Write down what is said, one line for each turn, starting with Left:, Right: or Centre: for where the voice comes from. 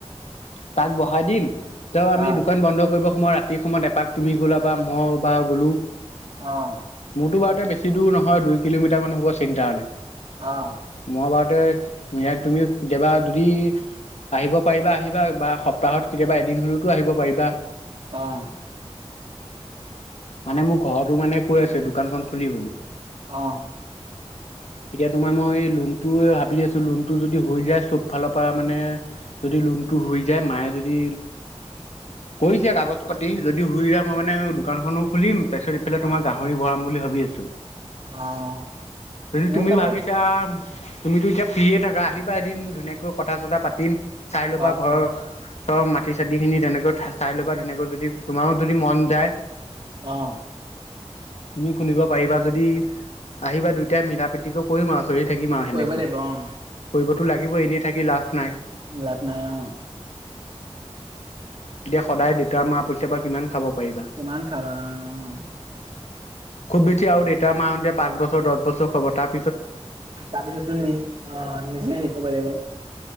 Left: তাক বহাই দিম, তেওঁ আমি
Right: অ',
Left: দোকান বন্ধ কৰিব সময় ৰাতি সময়ত এপাক তুমি গ'লা বা মই বা বোলো
Right: অ',
Left: মোৰতো বাৰুতে বেছ চি দূ নহয় দুই কিলোমিটাৰ মান হ'ব চিন্তাৰলৈ।
Right: অ',
Left: মহভাৰতে তুমি কেতিয়াবা যদি আহিব পাৰিবা আহিবা বা সপ্তাহত কেতিয়াবা এদিন হ'লেওতো আহিব পাৰিবা।
Right: অ'।
Left: মানে মোৰ ঘৰতো মানে কৈ আছে দোকানখন খুলিবলৈ।
Right: অ',
Left: এতিয়া তোমাৰ মই লোন ভাবি আছো লোনটো যদি হৈ যায় চব ফালৰ পৰা মানে যদি লোনটো হৈ যায় মায়ে যদি কৰিছে কাগজ পাতি যদি শুই যায় মই মানে দোকান খনো খুলিম ৰিফাল তোম
Right: অ',
Left: গাহৰি ভৰাম বুলি ভাবি আছে।
Right: অ',
Left: <inaudible> যদি
Right: মোৰো
Left: তুমি
Right: কেইটামান
Left: ভাবিছা তুমিতো এতিয়া ফ্ৰিয়ে থাকা আহিবা এদিন ধুনীয়াকৈ কথা চথা পাতিম। চাই ল'বা
Right: অ',
Left: ঘৰৰ
Right: অ',
Left: মাটি চতি খিনি তেনেকৈ চাই ল'বা ধুনেকৈ যদি তোমাৰো যদি মন যায়
Right: অ'।
Left: তুমি শুনিব পাৰিবা যদি আহিবা দুইটাই মিলা প্ৰীতিকো কৰিম আৰু। চলি থাকিম আৰু
Right: কৰিব
Left: সেনেকৈ
Right: লাগিব অ'
Left: কৰিব টো টো লাগিব এনেই থাকি লাভ নাই।
Right: লাভ নাই অ'।
Left: এতিয়া সদায় দেতা মাৰ পঠয় পৰা কিমান খাব। পাৰিবা
Right: কিমান খাবা অ'।
Left: খুব বেছি আৰু দেতা মাহঁতে পাঁচ বছৰ দহ বছৰ খবৰ তাত
Right: তাৰপিছত ত অ', নিজে শিব প লিব